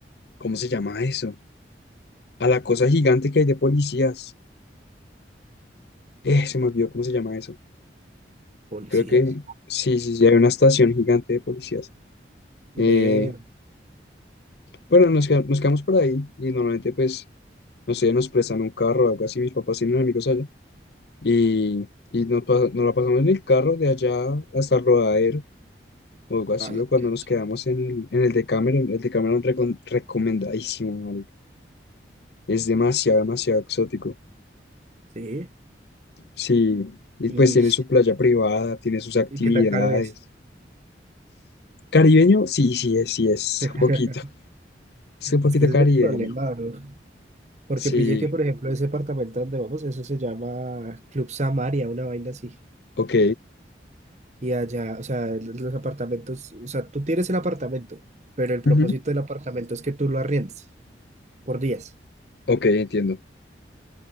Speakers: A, on the left; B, on the right.
A: ¿cómo se llama eso? A la cosa gigante que hay de policías. Eh, se me olvidó cómo se llama eso.
B: Policías.
A: Creo que sí, sí, sí, hay una estación gigante de policías. Eh,
B: Ve,
A: bueno, nos, queda- nos quedamos por ahí y normalmente pues, no sé, nos prestan un carro o algo así, mis papás tienen amigos allá y, y nos, pa- nos la pasamos en el carro de allá hasta el rodadero o algo así,
B: a la-
A: o cuando
B: que-
A: nos quedamos en el, en el Decameron, el Decameron recom- recomendadísimo, marica. Es demasiado, demasiado exótico.
B: sí.
A: Sí, y
B: ¿Y,
A: pues tiene su playa privada, tiene sus actividades.
B: y qué tan caro es?
A: Caribeño, sí, sí, es, sí, es
B: <laughs>
A: un poquito. <laughs> Es un poquito
B: Es que ese
A: caribeño.
B: es el problema, bro. Porque
A: Sí,
B: pillé que, por ejemplo, ese apartamento donde vamos, eso se llama Club Samaria, una vaina así.
A: ok,
B: Y allá, o sea, l- los apartamentos, o sea, tú tienes el apartamento, pero el propósito
A: Ujú.
B: del apartamento es que tú lo arriendes por días.
A: ok, entiendo.